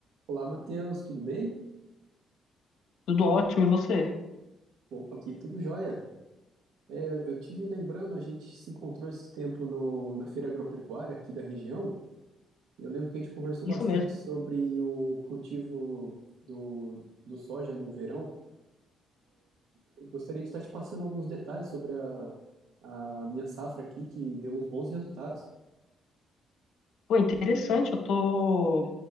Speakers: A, on the right; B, on the left.
A: Olá, Matheus, tudo bem?
B: Tudo ótimo, e você?
A: Opa, aqui tudo jóia. Eu, eu tive lembrando, a gente se encontrou esse tempo no, na feira agropecuária aqui da região, e eu lembro que a gente conversou
B: Isso
A: bastante
B: mesmo.
A: sobre o cultivo do, do soja no verão. Eu gostaria de estar te passando alguns detalhes sobre a, a minha safra aqui, que deu uns bons resultados.
B: Pô, interessante, eu tô